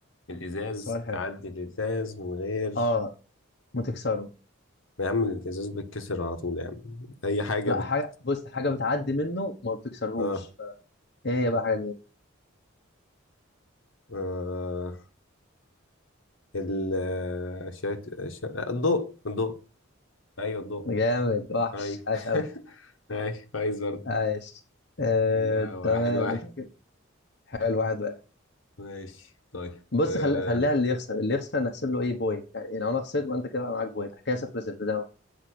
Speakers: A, on the left (about 65°); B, on the left (about 50°).
A: الازاز
B: سؤال حلو
A: تعدي الازاز من غير
B: اه ما تكسره
A: يا عم الازاز بيتكسر على طول يا عم اي حاجه
B: لا
A: بت
B: حاجة بص حاجة بتعدي منه وما بتكسرهوش
A: اه,
B: ايه هي بقى الحاجة دي
A: آه. ال شات... شا... الضوء الضوء ايوه الضوء
B: جامد وحش
A: ايوه
B: عاش قوي
A: <laughs> ماشي كويس برضه
B: عاش <laughs> آه،
A: كده واحد
B: تمام
A: واحد
B: انت كده حلو واحد واحد
A: ماشي طيب
B: بص
A: آه،
B: خل... خليها اللي يخسر اللي يخسر نحسب له ايه بوينت يعني لو انا خسرت يبقى انت كده بقى معاك بوينت حكايه صفر صفر زي ما احنا.